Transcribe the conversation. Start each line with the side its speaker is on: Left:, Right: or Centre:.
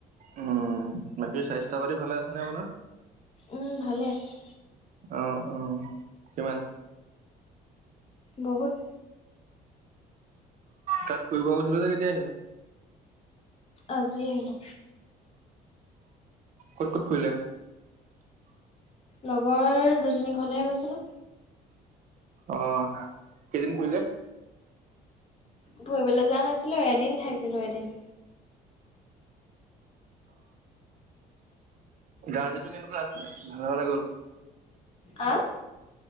Right: উম বাকী স্বাস্থ্য -পাতি ভালে আছেনে, আপোনাৰ?
Left: উম ভালে আছে।
Right: অ', অ', কিমান?
Left: বহুত।
Right: তাত ফুৰিব গৈছিলে যে কেতিয়া আহিলে?
Left: আজি আহিলোঁ।
Right: ক'ত ক'ত ফুৰিলে?
Left: লগৰ দুজনীৰ ঘৰলেহে গৈছিলোঁ।
Right: অ', কেইদিন ফুৰিলে?
Left: ফুৰিবলৈ যোৱা নাছিলোঁ, এদিন থাকিলোঁ এদিন।
Right: গান্জীটো কেনেকুৱা আছিলে, ভালে ভালে গ'ল?
Left: আ?